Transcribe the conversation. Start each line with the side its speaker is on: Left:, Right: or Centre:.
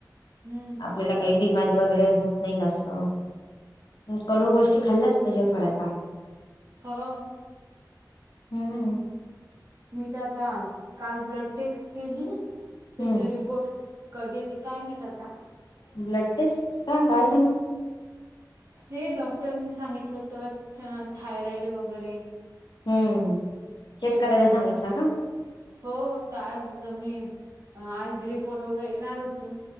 Right: हम्म
Left: आपल्याला काही बिमारी वगैरे होत नाही जास्त. कडू गोष्टी खाल्ल्याच पाहिजे थोड्याफार.
Right: हा.
Left: हम्म.
Right: मी तर आता काल ब्लड टेस्ट केली त्याचे
Left: हम्म
Right: रिपोर्ट. कधी येते काय माहित आता.
Left: ब्लड टेस्ट का काय झाल.
Right: हे डॉक्टरनी सांगितलं होत थायरॉइड वगैरे.
Left: हम्म
Right: चेक
Left: करायला
Right: करायच
Left: सांगितला का
Right: हो टास्क मी आज रिपोर्ट वगैरे येणार होती